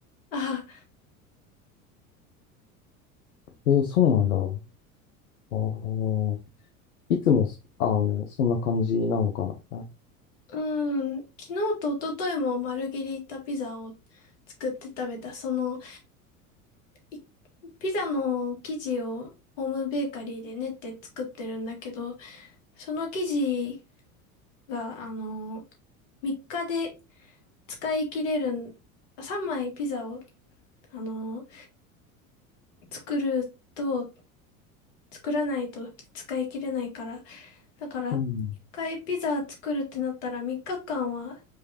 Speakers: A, on the left; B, on the left.
A: あ、
B: えーそうなんだ。あーいつもそ、あの、そんな感じなのかな。
A: うーん、昨日と一昨日もマルゲリータピザを作って食べた。その、いピザの生地をホームベーカリーで練って作ってるんだけど、その生地が、あの、3日で使い切れるさん、3枚ピザを、あの作ると、作らないと使い切れないから。だから、
B: うん。
A: 1回ピザ作るってなったら3日間は